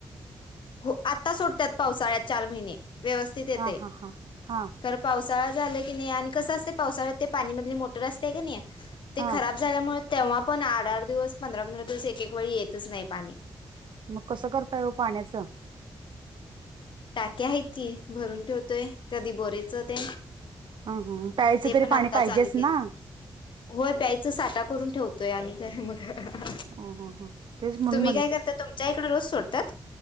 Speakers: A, on the left; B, on the right.
A: हो आता सोडत्यात पावसाळ्यात चार महिने व्यवस्थित येतय
B: हा हा हा हा
A: तर पावसाळत झा की नाही आणि कस असत पावसाळ पाणीमधली मोटर असते क नाही ते
B: हा
A: खराब झाल्यामुळे तेव्हा पण आठ आठ दिवस पंधरा पंधरा दिवस एक एक वेळी येतच नाही पाणी
B: मग कसं करता ये पाण्याचं
A: टाक्या आहेतत की भरून ठेवतोय कधी बोरेयचं ते
B: ह ह प्यायचं
A: ते
B: तरी
A: पण आता
B: पाणी पाहिजेच
A: चालू केलं
B: ना
A: होय प्यायचं साठा करून ठेवतोय आणि काय मग ह
B: हो हो हो तेच म्हणून
A: तु <unintelligible> म्ही काय करता तुमच्या इकडे रोज सोडतात